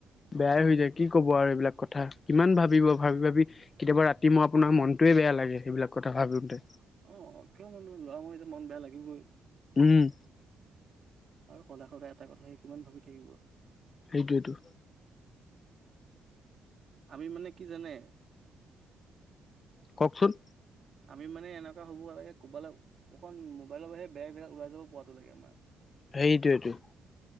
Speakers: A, on the left; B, on the right.
A: বেয়াই হৈ যায় কি ক'ব আৰু এইবিলাক কথা! কিমান ভাবিব? ভাবি-ভাবি কেতিয়াবা ৰাতি মই আপোনাৰ মনটোৱে বেয়া লাগে, সেইবিলাক কথা ভাবোতে
B: অ' কিয় মানে, ল'ৰা মানুহ যে মন বেয়া লাগিবই।
A: উম।
B: আৰু সদায় সদায় এটা কথাকে কিমান ভাবি থাকিব?
A: সেইটোৱেটো।
B: আমি মানে কি জানে?
A: কওঁকচোন।
B: আমি মানে এনেকুৱা হ'ব লাগে, ক'ৰবালে অকণ মোবাইলৰ বাহিৰে, বেলেগ জেগাত ওলাই যাব পোৱাতো লাগে আমাৰ।
A: সেইটোৱেইটো।